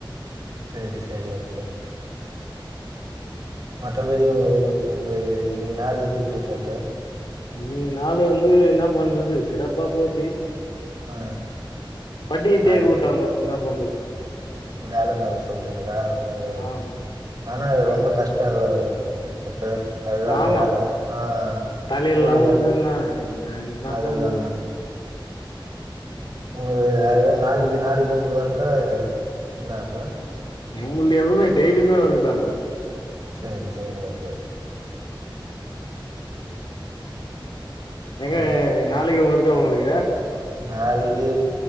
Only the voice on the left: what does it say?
இன்னக்கி நாளு வந்து என்ன பண்றது சிறப்பா போச்சு
பட்டிய
தேக்க வுட்டாங்கோ இன்னப் துண்டில்
ஆம்
கட்
ஆமா
தலையில
இல்லாம உழுந்ததுன்னா
நா என்ன என்ன
பண்றது
எங்களது எவளுவே டெய்லியுமே வருதுதான்ன
ஏங்க
எ நாளைக்கி ஒரு இருக்கா உங்களுக்கு